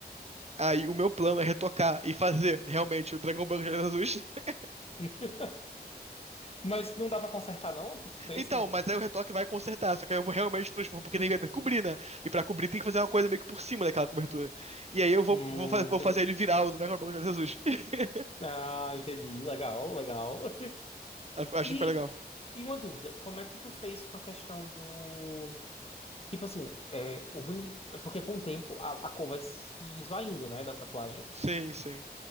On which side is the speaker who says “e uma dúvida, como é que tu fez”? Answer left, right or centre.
Left